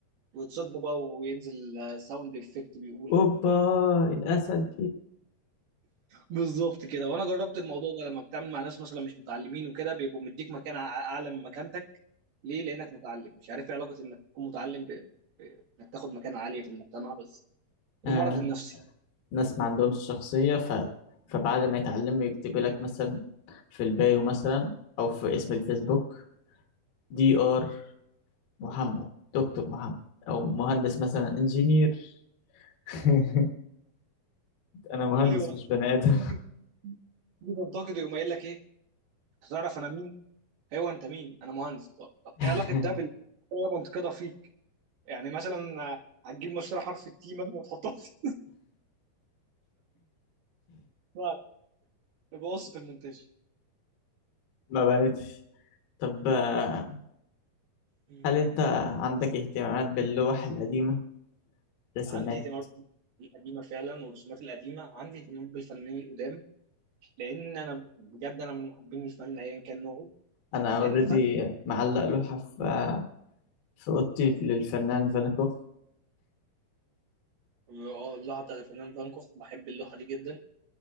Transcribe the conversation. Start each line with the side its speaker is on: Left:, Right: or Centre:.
Right: وتصدمه بقى وينزل آه، ساوند إفكت بيقول
Left: أوبا الأسد
Right: بالظبط كده وأنا جربت الموضوع ده لما بتعمل مع ناس مثلا مش متعلمين وكده بيبقوا مديك مكان أع- أعلى من مكانتك ليه؟ لأنك متعلم مش عارف إيه علاقة إنك تكون متعلم ب- ب- إنك تاخد مكان عالية في المجتمع بس
Left: دي
Right: المرض النفسي
Left: ناس ما عندهمش شخصية ف... فبعد ما يتعلموا يكتب لك مثلا في البايو مثلا أو في اسم الفيسبوك دي آر محمد دكتور محمد أو مهندس مثلا انجينير <laughs> أنا مهندس
Right: ايوه
Left: مش بني آدم
Right: <laughs> تنتقد يقوم قايل لك ايه؟ تعرف انا مين؟ ايوه انت مين انا مهندس طب, طب
Left: <laughs>
Right: ايه علاقه ده بال اللي انا بنتقدها فيك يعني مثلا آه، هتجيب مشتري حرف التي مثلا وتحطها في <laughs> بعد يبقى قصه المونتاج
Left: ما بنتش طب آه،
Right: مم.
Left: هل أنت عندك اهتمامات باللوح القديمة رسمات
Right: عندي اهتمامات القديمه فعلا والرسومات القديمه عندي اهتمام بالفنانين القدام لان انا بجد انا من محبين الفن ايا كان نوعه
Left: أنا أوريدي
Right: لان الفن
Left: معلق لوحة في آه، في أوضتي للفنان فان كوخ
Right: اه اللوحه بتاعت الفنان فان كوخ بحب اللوحه دي جدا